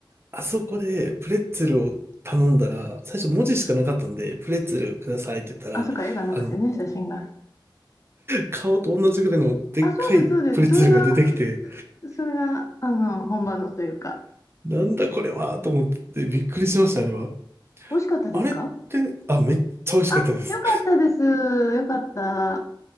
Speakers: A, on the right; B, on the left.
A: あそこでプレッツェルを頼んだら、最初文字しかなかったんで、プレッツェルくださいって言ったら、
B: あ、そっか、絵がなくてね、
A: あの、
B: 写真が。
A: 顔と同じぐらいのでっかいプレッツェルが出てきて、
B: あ、そうです、そうです。それが、それが、あの、本場のというか。
A: なんだこれはと思ってびっくりしました、あれは。
B: 美味しかったですか
A: あれって、あ、めっちゃ美味しかったです。
B: あ、よかったです。よかった。